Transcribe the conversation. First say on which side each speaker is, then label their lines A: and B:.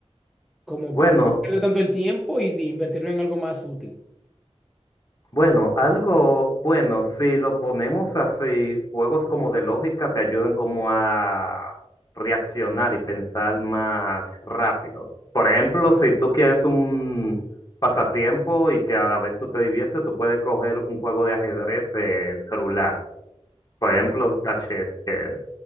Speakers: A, in the centre; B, on the left.
A: como
B: Bueno,
A: para no perder tanto el tiempo y de invertirlo en algo más útil?
B: Bueno, algo bueno, si lo ponemos así, juegos como de lógica te ayudan como a reaccionar y pensar más rápido. Por ejemplo, si tú quieres un pasatiempo y que a la vez tú te diviertes, tú puedes coger un juego de ajedrez en celular. Por ejemplo, está chess, que